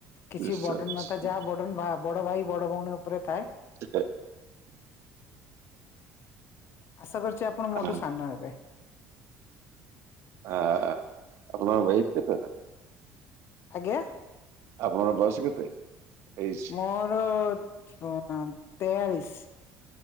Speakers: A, on the left (about 50°); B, on the right (about 60°).
A: କିଛି
B: ବିଶ୍ୱାସ
A: ବଡନ ନଥାଏ ଯାହା ବଡନ ବଡ ଭାଇ ବଡ ଭଉଣୀ ଉପରେ ଥାଏ।
B: ସେ
A: ଆଶା କରୁଛି ଆପଣ ମୋଠୁ
B: ଆ
A: ସାନ ହେବେ।
B: ହଁ ଆପଣ ୱଫ
A: ଆଜ୍ଞା?
B: ଆପଣ ବୟସ କେତେ ତେଇ
A: ମୋର ତେୟାଳିଶ।